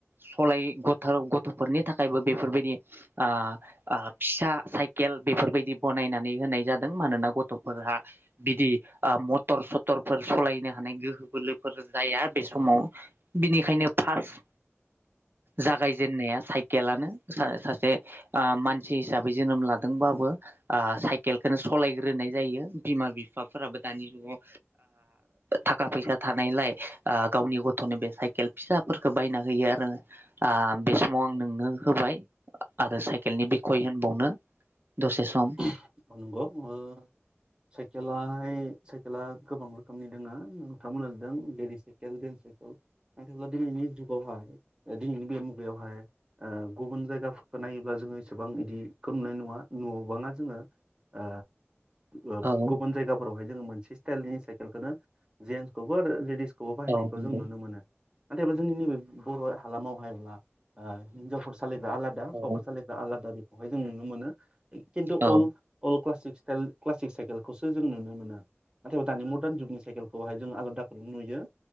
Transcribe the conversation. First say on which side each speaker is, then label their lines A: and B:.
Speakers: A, on the right; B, on the right.
A: सलायनो गथ'फोरनि थाखायबो बेफोरबायदि आ फिसा साइकेल बेफोरबायदि गनायनानै होनाय जादों मानोना गथ गथ'फोरहा बिदि आ मटर सथरफोर सलायनो हानाय गोहो बोलोफोर जाया बे समाव बिनिखायनो फार्स जागायजेननाया साइकेलानो सा सासे आ मानसि हिसाबै जोनोम लादोंबाबो आ सायक केलखोनो सलायग्रोनाय जायो बिमा बिफाफोराबो दानि जुगाव ओ थाखा फैसा थानायलाय ओ गावनि गथ'नो बे साइकेल फिसाफोरखौ बायना होयो आरो ओ बे समाव आं नोंनो होबाय आरो साइकेलनि बिखय होनबावनो दसे सम
B: <unintelligible> <inaudible> साइकेेलाहाय साइकेला गोबां रोखोमनि दोङा नोंथांमोना नुदों लेडिस साइकेल जेन्स साइकेल नथायब्ला दिनैनि जुगावहाय दिनैनि बे मुगायावहाय गुबुन जायगाफोरखौ नायोब्ला जोङो इसेबां बिदिखौ नुनाय नङा न'आव गोबाङा जोङो ओ ओ
A: औ
B: गुबुन जायगाफोरावहाय जों मोनसे स्टाइलनि साइकेलखौनो जेंट्स खौबो आरो लेडीज खौबो खौबो बाहायनायखौ
A: औ नंगौ
B: जों नुनो मोनो नाथायबा जोंनि नैबे बर' हालामावहायब्ला ओ हिनजावफोर सालायग्रा आलादा हौवाफोर
A: औ
B: सालायग्रा आलादा बे बेहाय जों नुनो मोनो खिन्थु
A: औ
B: अल अल क्लास सिक्स क्लासिक साइकेल खौसो जों नुनो मोनो। नाथायबा दानि मार्न जुगनि साइकेलखौहाय जों आलादा <unintelligible> नुयो